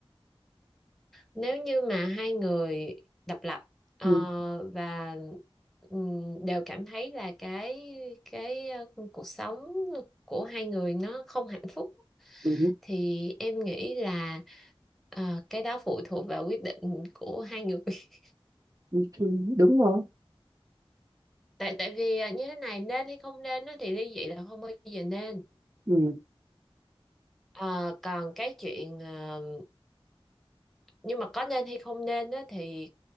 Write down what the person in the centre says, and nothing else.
Nếu như mà hai người độc lập ờ,
và ừm, đều cảm thấy là cái cái ờ, cuộc sống của hai người nó không hạnh phúc
thì em nghĩ là ờ, cái đó phụ thuộc vào quyết định của hai người. <laughs>
Tại tại vì ờ, như thế này nên hay không nên á, thì ly dị là không bao giờ nên.
Ờ, còn cái chuyện ờ, nhưng mà có nên hay không nên á, thì